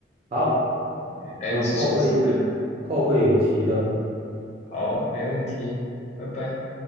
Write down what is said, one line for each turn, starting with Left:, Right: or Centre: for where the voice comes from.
Right: 好，
Left: 哎该吃寿司了。
Right: 有后会后会有期了。
Left: 好，没问题，拜拜。